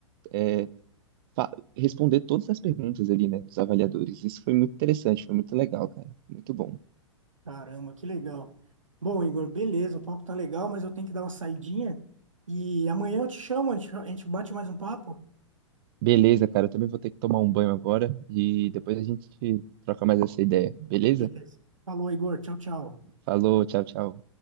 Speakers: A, on the right; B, on the right.
A: é, fa- responder todas as perguntas ali, né, dos avaliadores. Isso foi muito interessante, foi muito legal, cara. Muito bom.
B: Caramba, que legal. Bom, Igor, beleza, o papo tá legal, mas eu tenho que dar uma saidinha e amanhã eu te chamo, a gente, a gente bate mais um papo.
A: Beleza, cara, eu também vou ter que tomar um banho agora e depois a gente troca mais essa ideia, beleza?
B: Beleza. Falou, Igor. Tchau, tchau.
A: Falou, tchau, tchau.